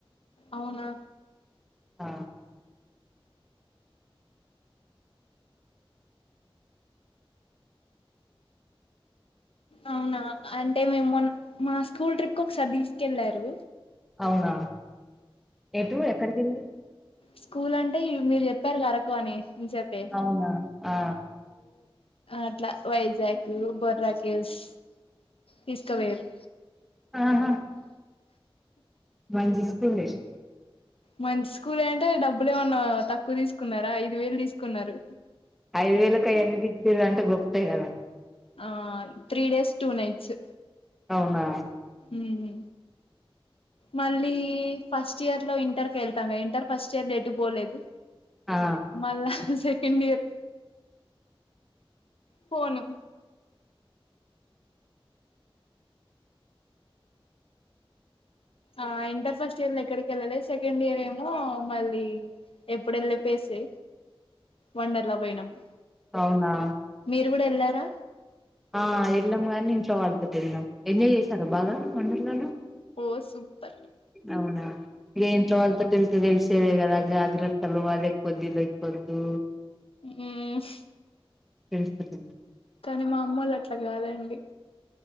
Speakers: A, on the left; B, in the centre.
A: అవునా
B: ఆ
A: అవునా అంటే మేము మొన్న మా స్కూల్ ట్రిప్ కు ఒకసారి తీసుకెళ్ళారు
B: అవునా ఎటు ఎక్కడికి వెళ్లి
A: స్కూల్ అంటే మీరు చెప్పారుగ అరకు అని చెప్పే
B: అవునా ఆ
A: అట్లా వైజాగ్ బొర్రాకెవ్స్ తీస్కవోయిర్రు
B: ఆహా మంచి స్కూల్ ఎ
A: మంచి స్కూల్ అంటే డబ్బులు ఏమన్నా తక్కువ తీసుకున్నారా ఐదు వేలు తీసుకున్నారు
B: ఐదు వేలకు ఆయన్ని తిప్పిరంటే గొప్పే కదా
A: ఆహ్ త్రీ డేస్ టూ నైట్స్ ఉ
B: అవునా
A: హు మళ్ళీ ఫస్ట్ ఇయర్ లో ఇంటర్ కి వెళతాగా ఇంటర్ ఫస్ట్ ఇయర్ లో ఎటు పోలేదు
B: ఆ
A: మల్లా సెక్ తిన్నియిర్ ఫోను ఆ ఇంటర్ ఫస్ట్ ఇయర్ లో ఎక్కడికి వెళ్ళలే సెకండ్ ఇయర్ ఏమో మళ్ళీ ఎప్పుడు వెళ్ళే ప్లేసే వండర్లా పోయినాము
B: అవునా
A: అటు కూడా ఎల్లారా
B: ఆ వెళ్ళాం గాని ఇంట్లో వాళ్ళతో వెళ్ళాం ఎంజాయ్ చేసారా బాగా వండర్లాలో
A: ఓ సూపర్
B: అవునా ఇ ఇంట్లో వాళ్లతో తిరిగితే తెలిసేదే గదా జాగ్రత్తలు అదేకొద్దు ఇదేకొద్దు
A: హ్మ్
B: తెస్త
A: కానీ మా అమ్మోళ్ళు అట్లా కాదండి